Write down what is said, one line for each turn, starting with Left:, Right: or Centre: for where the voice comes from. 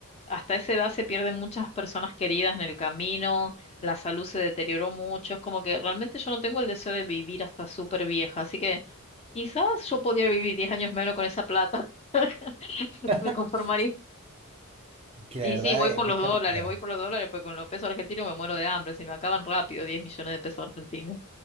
Left: hasta esa edad se pierden muchas personas queridas en el camino, la salud se deterioró mucho, es como que realmente yo no tengo el deseo de vivir hasta súper vieja, así que quizás yo podría vivir 10 años menos con esa plata, <laughs>
Right: Es
Left: me conformaría.
Right: Que la
Left: Y
Right: verdad
Left: sí, voy por
Right: es mucha
Left: los dólares,
Right: plata.
Left: voy por los dólares, porque con los pesos argentinos me muero de hambre, se me acaban rápido 10 millones de pesos argentinos.